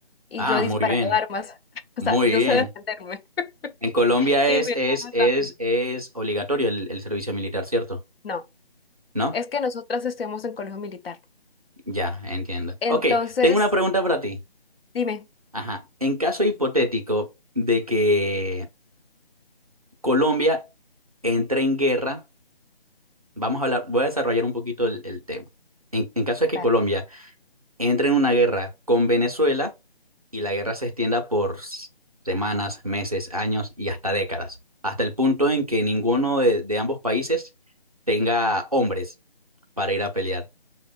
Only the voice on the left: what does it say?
y
yo he disparado
armas, <laughs> o
sea, yo
sé defenderme
<laughs> y
mi
hermana
también.
No,
es que nosotras estudiamos en colegio militar.
Entonces,
dime,
dale.